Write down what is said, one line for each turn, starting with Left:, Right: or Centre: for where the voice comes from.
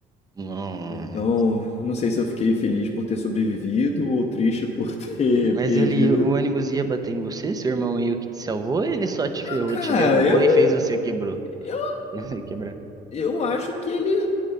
Right: Não.
Left: Então, não sei se eu fiquei feliz por ter sobrevivido ou triste por ter
Right: Mas
Left: <laughs> perdido.
Right: ele, o ônibus ia bater em você? Seu irmão meio que te salvou? ou Ele só te ferrou,
Left: Cara,
Right: te derrubou
Left: eu,
Right: e fez você quebrou.
Left: eu,
Right: <laughs> Quebrar.
Left: eu acho que ele